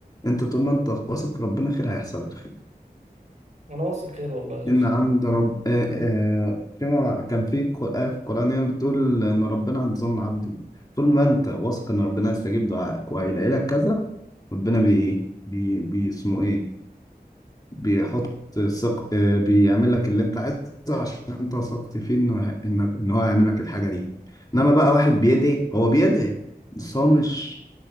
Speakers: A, on the left; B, on the right.
A: انت طول ما انت واثق في ربنا خير هيحصل الخير
B: انا واثق خير والله يا زوز
A: ان عند رب آه آه فيما كان في ق- آية في القرآن يعني بتقول ان ربنا عند ظن عبده طول ما انت واثق ان ربنا هيستجيب دعائك وهيلاقي لك كذا ربنا بي بي بي اسمه ايه بيحط ثق آه، بيعمل لك اللي انت عايزه عشان انت وثقت فيه انه انك ان هو يعمل لك الحاجه دي انما بقى واحد بيدعي هو بيدعي بس هو مش